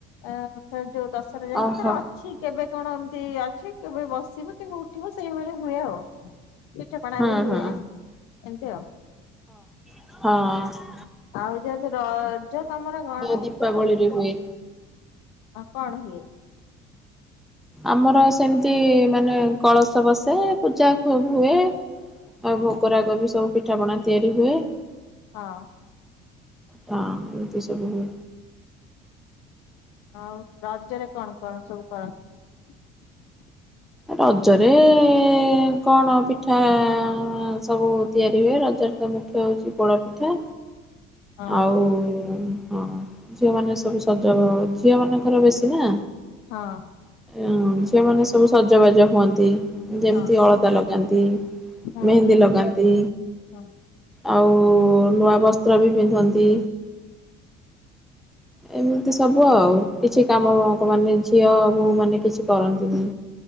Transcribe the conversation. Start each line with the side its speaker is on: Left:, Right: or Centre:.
Left: ଆ ସ ଜ। ଦଶରେ ଯାଇକି
Centre: ଓହୋ
Left: ତାର ଅଛି କେବେ କେବେ କଣ ଏମିତି ଅଛି କେବେ ବସିବ କେମ ଠିକ ସେଇଭଳିଆ ହୁଏ ଆଉ ପିଠ ପଣାା
Centre: ହୁଁ
Left: ବି ହୁଏ
Centre: ହୁଁ
Left: ଏମିତି ଆଉ।
Centre: ହଁ ହଁ ହଁ।
Left: ଆଉ ଯେହେତୁ ତୁ ରଜ ତମର କଣ?
Centre: ଦୀପାବଳିରେ ହୁଏ।
Left: ହଁ କଣ ହୁଏ?
Centre: ଆମର ସେମିତି। ମାନେ କଳସ ବସେ ପୂଜା ହୁଏ। <inaudible> ରଗ ବି ସବୁ ପିଠାପଣା ତିଆରି ହୁଏ।
Left: ହଁ।
Centre: ହ ଏମିତି ସବୁ ହୁଏ।
Left: ଆଉ ରାଜରେ କଣ କଣ ସବୁ କରନ୍ତି?
Centre: ରଜରେ ଏ ଏ ଏ ଏ କଣ ପିଠା ଆଁ ଆଁ ଆଁ ସବୁ ତିଆରି ହୁଏ ରଜରେ ତ ମୁଖ୍ୟ ହଉଛି ପୋଡ ପିଠା।
Left: ହଁ
Centre: ଆଉ ଉ ଉ ଉ। ହଁ। ଝିଅମାନେ ସବୁ ସଜ ଝିଅ ମାନଙ୍କର ବେଶୀ ନା।
Left: ହଁ
Centre: ଆଁ ଝିଅମାନେ ସବୁ ସଜବାଜ ହୁଅନ୍ତି। ଯେମିତି
Left: ହଁ
Centre: ଅଳତା ଲଗାନ୍ତି
Left: ହଁ
Centre: ମେହେନ୍ଦୀ ଲଗାନ୍ତି
Left: ହଁ
Centre: ଆଉ ନୂଆ ବସ୍ତ୍ର ବି ହୁଅନ୍ତି। ଏମିତି ସବୁ ଆଉ କିଛି କାମ ଲୋକ ମାନେ ଝିଅ ବୋହୂ ମାନେ କିଛି କରନ୍ତିନି।